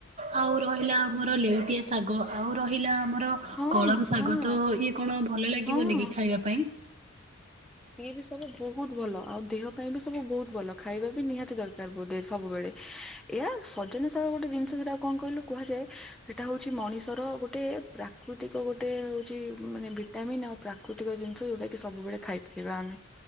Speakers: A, on the right; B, in the centre.
A: ଆଉ ରହିଲା ଆମର ଲେଉଟିଆ ଶାଗ ଆଉ ରହିଲା ଆମ ର
B: ହଁ
A: କଳମ ଶାଗ
B: ହଁ
A: ତ ଇଏ କଣ ଭଲ ଲାଗିବନି
B: ହଁ
A: କି ଖାଇବା ପାଇଁ?
B: ଇଏ ବି ସବୁ ବୋହୁତ ଭଲ ଆଉ ଦେହ ପାଇଁ ବି ସବୁ ବୋହୁତ ଭଲ ଖାଇବା ବି ନିହାତି ଦରକାର ବୋଧେ ସବୁବେଳେ। ଏହା ସଜନା ସାଗ ଗୋଟେ ଦିନଷ ସେଟା କଁ କହିଲୁ କୁହାଯାଏ ହେଟା ହଉଛି ମଣିଷର ଗୋଟେ ପ୍ରା କୃତିକ ଗୋଟେ ହୋଉଛି ମାନେ ଭିଟାମିନ୍ ଆଉ ପ୍ରାକୃତିକ ଜିନିଷ ଯୋଉଟା କି ସବୁବେଳେ ଖାଇପାରିବା ଆମେ।